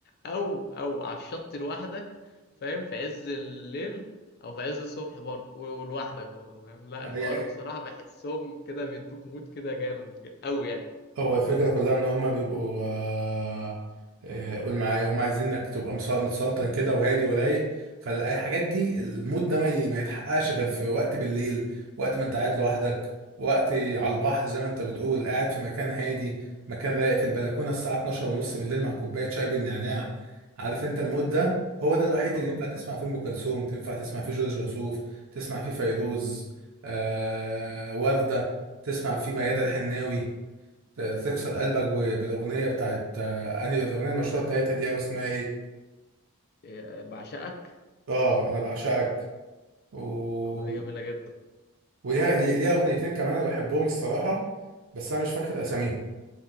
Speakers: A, on the left (about 50°); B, on the right (about 70°).
A: او او على الشط لوحدك فاهم في عز الليل او في عز الصبح برضه و- ولوحدك برضه فاهم لا
B: مم.
A: الحوار بصراحه بحسهم كده بيدوك مود كده جامد قوي يعني
B: هو الفكرة كلها ان هما بيبقوا آه، آه، قول معايا هما عايزين انك تبقى مس- متسلطن كده وهادي ورايق فالاي حاجات دي المود ده ما ي- ما يتحققش غير في وقت بالليل وقت ما انت قاعد لوحدك وقت على البحر زي ما انت بتقول قاعد في مكان هادي مكان رايق في البلكونة الساعة 12 ونص بالليل مع كوباية شاي بالنعناع عارف انت المود ده هو ده الوحيد
A: اه
B: اللي ينفع
A: والله
B: تسمع فيه ام كلثوم تنفع تسمع فيه جورج وسوف تسمع فيه فيروز آه وردة تسمع فيه ميادة الحناوي ت- تكسر قلبك ب- بالاغنيه بتاعت آه، انهي الاغنيه المشهوره بتاعتها دي او اسمها ايه
A: إيه، بعشقك
B: اه انا بعشقك و...
A: اغنيه جميله جدا
B: وليها لي- ليها اغنيتين كمان انا بحبهم الصراحه بس انا مش فاكر اساميهم